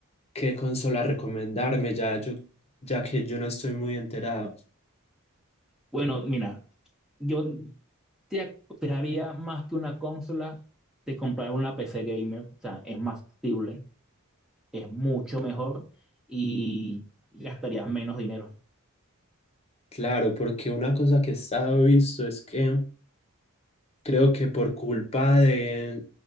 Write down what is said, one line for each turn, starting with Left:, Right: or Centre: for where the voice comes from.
Left: qué consola recomendarme, ya, yo, ya que yo no estoy muy enterado.
Centre: Bueno, mira, yo te aconsejaría más que una consola, te comprar una PC gamer, o sea, es más factible, es mucho mejor y gastarías menos dinero.
Left: Claro, porque una cosa que he estado visto es que creo que por culpa de